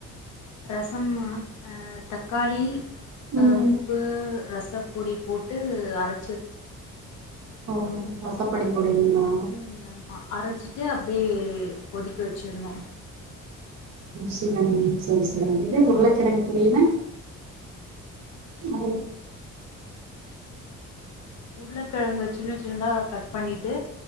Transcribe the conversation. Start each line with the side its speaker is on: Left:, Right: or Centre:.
Left: ரசம்மா தக்காளி ஆ
Right: ம்
Left: உப்பு ரசப் பொடி போட்டு அரை
Right: உம் <unintelligible> ரசப்போடி போடுவிங்களா
Left: உம் ஆமா அரைச்சிட்டு அப்படியே கொதிக்க வச்சுடுனு
Right: சரி சரி சரி இது உருளைக்கிழங்கு பொரியலு அது
Left: உருளக்கெழங்க சின்ன சின்னதா கட் பண்ணிட்டு